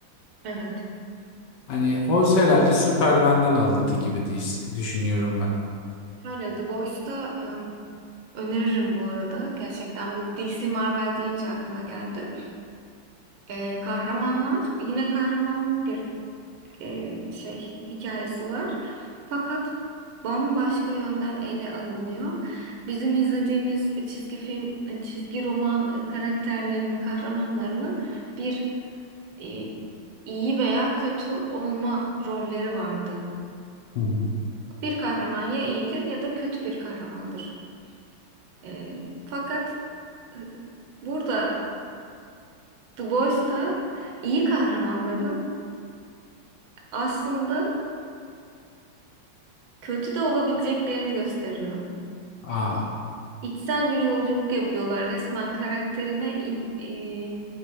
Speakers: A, on the right (about 80°); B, on the left (about 65°).
A: evet.
B: Hani o herhalde Superman'den alıntı gibi diş- düşünüyorum ben.
A: Şöyle The Boys'ta Öneririm bu arada. Gerçekten bu DC Marvel deyince aklıma geldi. Ee, kahramanlar yine kahramanlık bir e, şey hikayesi var. Fakat bambaşka yönden ele alınıyor. Bizim izlediğimiz çizgi film, e, çizgi roman e, karakterlerinin, kahramanlarının bir e, iyi veya kötü olma rolleri vardı.
B: Hı hı.
A: Bir kahraman ya iyidir ya da kötü bir kahramandır. Ee, fakat e, burada The Boys'ta iyi kahramanların aslında kötü de olabileceklerini gösteriyor.
B: Aa,
A: İçsel bir yolculuk yapıyorlar resmen karakterine in- e,